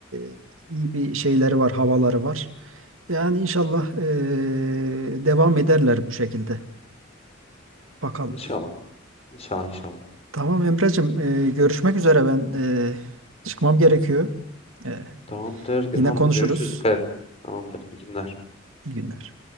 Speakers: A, on the right; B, on the left.
A: e, iyi bir şeyleri var, havaları var. Yani inşallah e, devam ederler bu şekilde. Bakalım.
B: İnşallah. İnşallah, inşallah.
A: Tamam Emre'cim e, görüşmek üzere ben e, çıkmam gerekiyor. E,
B: Tamamdır. Tamamdır.
A: yine konuşuruz.
B: Görüşürüz. Dikkat et. Tamamdır. İyi günler.
A: İyi günler.